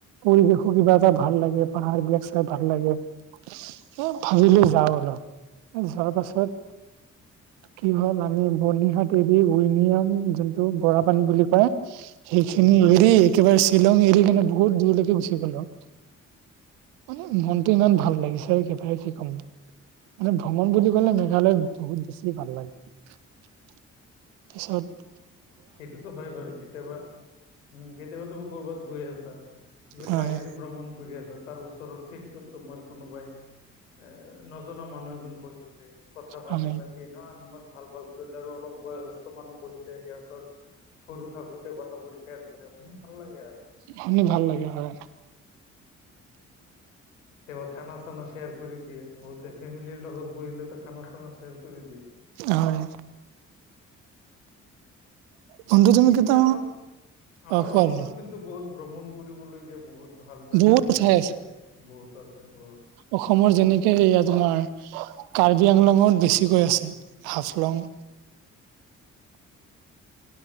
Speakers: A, on the right (about 80°); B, on the left (about 85°).
A: পৰিৱেশো কিবা এটা ভাল লাগে পাহাৰ বিলাক চাই ভাল লাগে এ ভাবিলে যাওঁ অলপ যোৱাৰ পাছত কি হ'ল আমি বনীহাাট এবি উইলিয়াম যোনটো খৰা পানী বুলি কয় সেইখিনি
B: উম
A: এৰি একেবাৰে শ্বিলং এৰি কিনে বহুত দূৰলৈকে গুচি গ'লো মানে মনতটো ইমান ভাল লাগিছে একেবাৰে কি ক'ম মানে ভ্ৰমণ বুলি ক'লে মেঘালয় বহুত বেছি ভাল লাগে তাৰ পিছত
B: সেইটোতো হয় বাৰু কেতিয়াবা উম কেতিয়াবা তুমি কৰবাত গৈ আছা বোলে
A: হয়
B: গাড়ী দি ভ্ৰমণ কৰি আছা তাৰ ওচৰৰ চিটটোত তোমাৰ কোনোবাই এ নজনা মানুহ এজন বহিছে কথা পাতি
A: হয়
B: পাতি এনে ইমান ভাল ভাল ধৰিলে আৰু অলপ বয়সস্থ মানুহ বহিল সিহঁতৰ সৰু থাকোতে কথাবোৰ শ্বেয়াৰ কৰে শুনি ভাল লাগে আৰু
A: শুনি ভাল লাগে হয়
B: তেওঁ খানা চানা শ্বেয়াৰ কৰি দিয়ে বহুতে ফেমিলিৰ লগত বহিলেতো খানা চানা শ্যাৰ কৰি দিয়ে
A: হয় বন্ধু তুমি
B: এতিয়া
A: কেতি
B: আমাৰ আমাৰ
A: অ কোৱা
B: অসমত কিন্তু বহুত ভ্ৰমণ কৰিবলগীয়া বহুত ভাল জাগা
A: বহুত
B: ওলাই
A: ঠাই
B: আছে এতিয়া বহুত আছে বহুত
A: অসমৰ যেনেকে এইয়া তোমাৰ কাৰ্বি আংলঙত বেছিকৈ আছে হাফলং
B: <unintelligible>